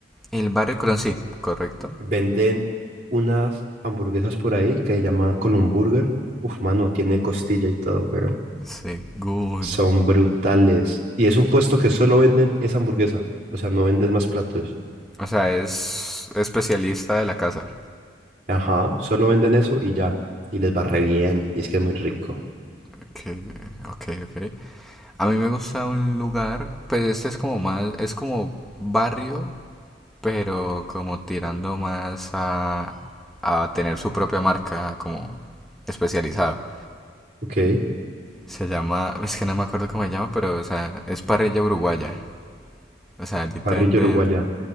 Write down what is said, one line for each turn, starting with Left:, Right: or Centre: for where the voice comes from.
Centre: El barrio de Colón, sí, correcto.
Right: Venden unas hamburguesas por ahí que se llama Colón Burger. Uf, mano, tiene costilla y todo, weón.
Centre: Según.
Right: Son brutales. Y es un puesto que solo venden esa hamburguesa. O sea, no venden más platos.
Centre: O sea, es especialista de la casa.
Right: Ajá, solo venden eso y ya. Y les va re bien. Y es que es muy rico.
Centre: Ok, ok, ok. A mí me gusta un lugar, pues este es como más, es como barrio, pero como tirando más a, a tener su propia marca como especializada.
Right: Ok,
Centre: Se llama, es que no me acuerdo cómo se llama, pero o sea, es parrilla uruguaya. O sea, allí te
Right: parrilla
Centre: venden,
Right: uruguaya.